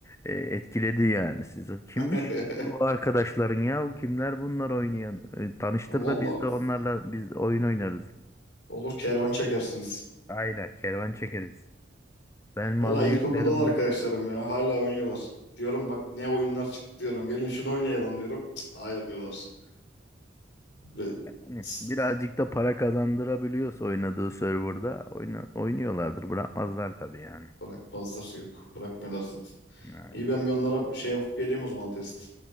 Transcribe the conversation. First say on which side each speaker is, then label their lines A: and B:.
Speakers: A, on the left (about 15°); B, on the left (about 75°).
A: eee, etkiledi yani. Sizin kimmiş
B: <laughs>
A: bu arkadaşların ya? Kimler bunlar oynayan? E, tanıştır
B: Vallahi
A: da biz de onlarla biz oyun oynarız.
B: olur kervan çekersiniz.
A: Aynen kervan çekeriz. Ben malı
B: Vallahi
A: yüklerim
B: ilkokuldan
A: onu.
B: arkadaşlarım ya. Hala oynuyorlar. Diyorum bak ne oyunlar çıktı diyorum. Gelin şunu oynayalım diyorum. Cık, hayır diyorlar. Ve
A: Yani
B: tss,
A: birazcık da para kazandırabiliyorsa oynadığı serverda oyna, oynuyorlardır. Bırakmazlar tabii yani.
B: bırakmazlar yok. Bırakmıyorlar zaten.
A: Aynen.
B: İyi ben bir onlara şey yapıp geleyim o zaman test.